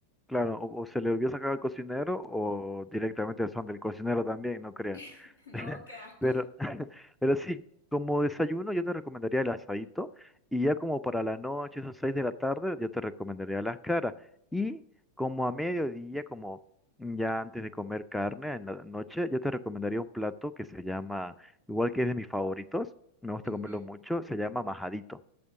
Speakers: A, in the centre; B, on the left.
A: Claro, o, o se le olvidó sacar al cocinero o directamente son del cocinero también, no creas.
B: <laughs> No,
A: <laughs>
B: qué asco.
A: Pero, <laughs> pero sí, como desayuno yo te recomendaría el asadito y ya como para la noche, esas seis de la tarde, yo te recomendaría las caras. Y como a mediodía, como ya antes de comer carne en la noche, yo te recomendaría un plato que se llama, igual que es de mis favoritos, me gusta
B: Ujú.
A: comerlo mucho, se llama majadito.